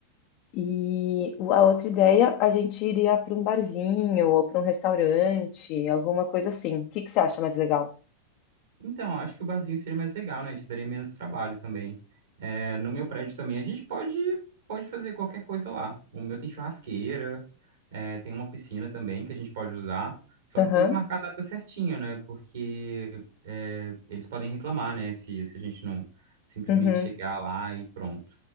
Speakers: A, on the left; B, on the right.
A: E o- a outra ideia, a gente iria para um barzinho ou para um restaurante, alguma coisa assim. O que que você acha mais legal?
B: Então, acho que o barzinho seria mais legal, né? A gente daria menos trabalho também. É, no meu prédio também a gente pode, pode fazer qualquer coisa lá. O meu tem churrasqueira, é, tem uma piscina também que a gente pode usar. Só
A: Aham.
B: que tem que marcar a data certinha, né? Porque é, eles podem reclamar, né? Se, se a gente não simplesmente
A: Uhum.
B: chegar lá e pronto.